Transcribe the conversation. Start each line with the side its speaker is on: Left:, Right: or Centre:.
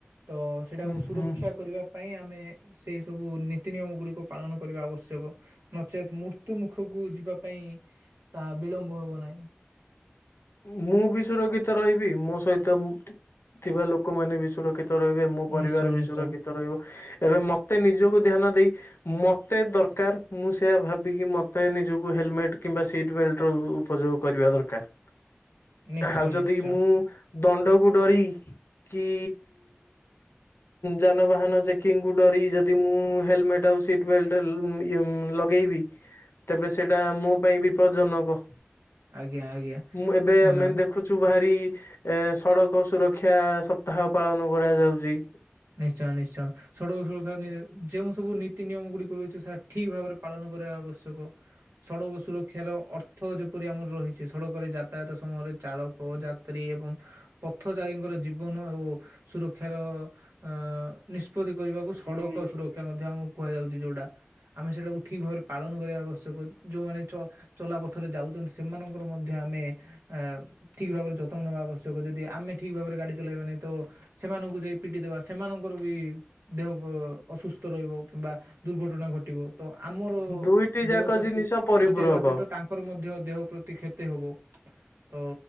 Right: ତ ସେଟାକୁ
Left: ହୁଁ
Right: ସୁରକ୍ଷା କରିବା ପାଇଁ ଆମେ ସେଇ ସବୁ ନୀତି ନିିୟମ ଗୁଡ଼ିକ ପାଳନ କରିବା ଆବଶ୍ୟକ। ନଚେତ୍ ମୃତ୍ୟୁ ମୁଖକୁ ଯିବା ପାଇଁ ତାହା ବିଳମ୍ବ ହେବ ନାହିଁ।
Left: ମୁଁ ବି ସୁରକ୍ଷିତ ରହିବି, ମୋ ସହିତ ଥିବା ଲୋକମାନେ ବି ସୁରକ୍ଷିତ ରହିବେ। ମୋ ପରିବାର
Right: ନିଶ୍ଚୟ
Left: ବି
Right: ନିଶ୍ଚୟ
Left: ସୁରକ୍ଷିତ ତ ରହିବ। ଏବେ ମତେ ନିଜକୁ ଧ୍ୟାନ ଦେଇ ମତେ ଦରକାର୍ ମୁଁ ସେଇଆ ଭାବିକି ମତେ ନିଜକୁ ହେଲମେଟ୍ କିମ୍ବା ସିଟ୍ ବେଲଟ୍ ହଉ ଉପଯୋଗ କରିବା ଦରକାର।
Right: ନିଶ୍ଚୟ
Left: ଆଉ ଯଦି
Right: ନିଶ୍ଚୟ
Left: ମୁଁ ଦଣ୍ଡକୁ ଡରିକି କି ଯାନବାହାନ ଚେକିଂ କୁ ଡରିକି ଯଦି ମୁଁ ହେଲମେଟ ଆଉ ସିଟ ବେଲଟ ଲ ଇଏ ଲ ଗେଇବି, ତେବେ ସେଇଟା ମୋ ପାଇଁ ବିପଦଜନକ।
Right: ଆଜ୍ଞା -ଆଜ୍ଞା।
Left: ମୁଁ ଏବେ
Right: ହଁ।
Left: ଆମେ ଦେଖ ଦେଖୁଚୁ ଭାରି ଏ ସଡକ ସୁରକ୍ଷା ସପ୍ତାହ ପାଳନ କରାଯାଉଚି।
Right: ନିଶ୍ଚୟ -ନିଶ୍ଚୟ ସଡ଼କ ସୁରକ୍ଷା ନି ଯେଉଁ ସବୁ ନୀତି ନିୟମ ଗୁଡିକ ରହିଛି ସେ ଠିକ ଭାବରେ ପାଳନ କରିବା ଆବଶ୍ୟକ। ସଡ଼କ ସୁରକ୍ଷାର ଅର୍ଥ ଥ ଯେପରି ଆମର ରହିଛି ସଡକରେ ଯାତାୟାତ ସମୟରେ ଚାଳକ ଯାତ୍ରୀ ଏବଂ ପଥଚାରୀଙ୍କର ଜୀବନ ଆଉ ସୁରକ୍ଷାର ଅଁ ନିଷ୍ପତ୍ତି କରିବାକୁ ସଡ଼କ ସୁରକ୍ଷା ମଧ୍ୟ ଆମକୁ କୁହାଯାଉଚି। ଯଉଟା ଆମେ ସେଇଟାକୁ ଠିକ ଭାବରେ ପାଳନ କରିବା ଆବଶ୍ୟକ। ଯୋଉମାନେ ଚ ଚଲାପଥରେ ଯାଉଚନ୍ତି, ସେମାନଙ୍କର ମଧ୍ୟ ଆମେ ଅ ଠିକ ଭାବରେ ଯତ୍ନ ନବା ଆବଶ୍ୟକ। ଯଦି ଆମେ ଠିକ ଭାବରେ ଗାଡି ଚଳେଇବାନି ତ ସେମାନଙ୍କୁ ଯାଇ ପିଟି ଦେବା ସେମାନଙ୍କର ବି ଦେହ ଅସୁସ୍ଥ ରହିବ କିମ୍ବା ଦୁର୍ଘଟଣା ଘଟିବ। ତ ଆମର
Left: ଦୁଇଟି ଯାକ
Right: ଦେହ ପ୍ରତି
Left: ଜିନିଷ ପରିପୂରକ
Right: କ୍ଷତି ହେବା ସହିତ ତାଙ୍କ ର ମଧ୍ୟ ଦେହ ପ୍ରତି କ୍ଷତି ହବ। ତ